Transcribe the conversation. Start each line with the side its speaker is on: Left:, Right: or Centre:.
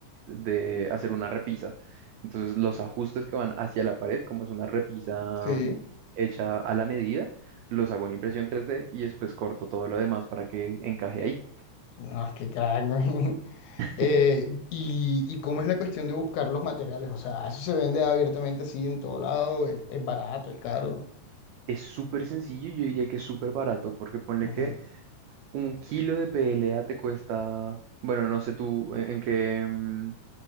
Right: de hacer una repisa. Entonces, los ajustes que van hacia la pared, como es una repisa
Left: sí.
Right: hecha a la medida, los hago en impresión 3D y después corto todo lo demás para que encaje ahí.
Left: No, qué crack, güey. <laughs>
Right: <laughs>
Left: Eh, y, y cómo es la cuestión de buscar los materiales, o sea, eso se vende abiertamente así en todo lado, es, es barato, es caro.
Right: Es súper sencillo y yo diría que es súper barato, porque ponle
Left: Ujú.
Right: que Un kilo de PLA te cuesta, bueno, no sé tú en en qué, mm,